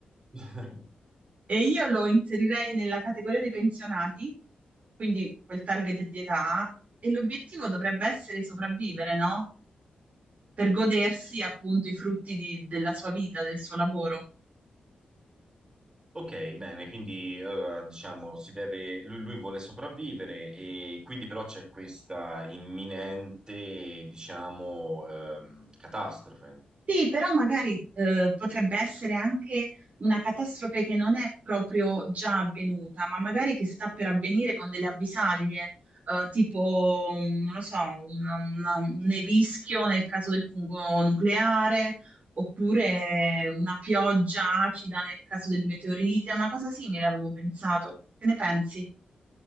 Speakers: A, on the right (about 25°); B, on the right (about 55°).
A: <laughs>
B: E io lo inserirei nella categoria dei pensionati, quindi quel target di età, e l'obiettivo dovrebbe essere sopravvivere, no? per godersi appunto i frutti di- della sua vita, del suo lavoro.
A: Ok, bene, quindi eh, diciamo si deve, lui, lui vuole sopravvivere e quindi però c'è questa imminente, diciamo, ehm, catastrofe.
B: Sì, però magari eh, potrebbe essere anche una catastrofe che non è proprio già avvenuta, ma magari che sta per avvenire con delle avvisaglie, eh, tipo, un- non lo so, una- una- un nevischio nel caso del fungo nucleare, oppure una pioggia acida nel caso del meteorite, una cosa simile avevo pensato. Che ne pensi?